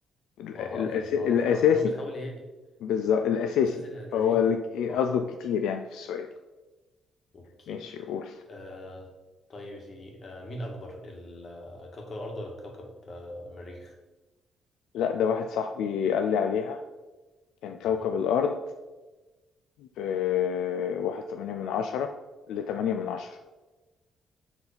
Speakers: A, on the left; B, on the left.
A: ال-
B: ما
A: الأس...
B: هو اكتر عشان
A: الاساسي
B: هو اللي بيتحول عشان هو بيتحول لهيلي
A: بالظبط الاساسي
B: الاساسي الهيدروجين
A: هو اللي ك- إيه
B: اه
A: قصده كتير يعني في السؤال
B: اوكي
A: ماشي قول
B: آه طيب يا سيدي آه مين اكبر ال- كوكب الارض ولا كوكب آه، المريخ
A: لا ده واحد صاحبي قال لي عليها كان كوكب
B: مهم.
A: الارض ب واحد تمانية من عشرة لتمانية من عشرة